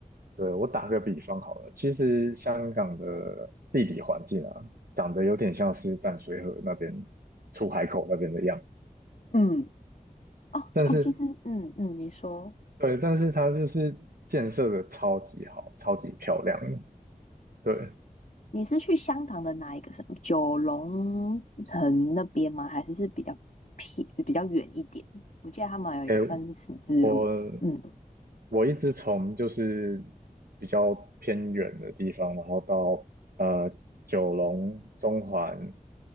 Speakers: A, on the right (about 80°); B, on the left (about 60°).
A: 对，我打个比方好了，其实香港的地理环境啊，长得有点像是淡水河那边出海口那边的样子，
B: 嗯，哦，
A: 但是
B: 对我其实，嗯嗯，你说
A: 对，但是它就是建设的超级好，超级漂亮的。对，
B: 你是去香港的哪一个什么九龙城那边吗？还是是比较偏比较远一点？我记得他们有一个算是十字路，
A: 哎，我
B: 嗯，
A: 我一直从就是比较偏远的地方，然后到呃九龙、中环，